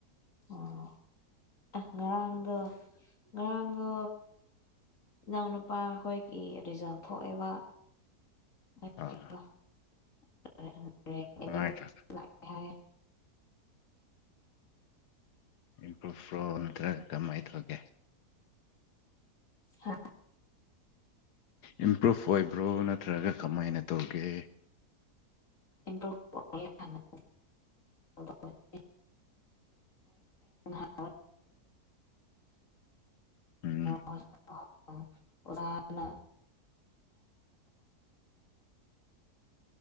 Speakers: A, on the left; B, on the left.
A: ꯑꯣ ꯑꯦ ꯉꯔꯥꯡꯗ ꯉꯔꯥꯡꯗ ꯏꯅꯥꯎꯅꯨꯄꯥ ꯍꯣꯏꯒꯤ ꯔꯤꯖꯜ ꯊꯣꯛꯑꯦꯕ <inaudible> <unintelligible>
B: ꯑꯥ
A: ꯏꯂꯚꯦꯟ
B: ꯍꯉꯥꯏ ꯆꯠꯦ <unintelligible>
A: ꯍꯥꯏ
B: ꯏꯝꯄ꯭ꯔꯨꯞꯚ꯭ꯔꯣ ꯅꯠꯇ꯭ꯔꯒ ꯀꯃꯥꯏꯅ ꯇꯧꯒꯦ
A: ꯍꯥ
B: ꯏꯝꯄ꯭ꯔꯨꯨꯞꯚ ꯑꯣꯏꯕ꯭ꯔꯣ ꯅꯠꯇ꯭ꯔꯒ ꯀꯃꯥꯏꯅ ꯇꯧꯒꯦ
A: ꯏꯝꯄ꯭ꯔꯨꯞꯚ <unintelligible> ꯑ <unintelligible> ꯍꯥꯏ
B: ꯎꯝ
A: ꯍꯁ <unintelligible> ꯑꯣꯖꯥꯅ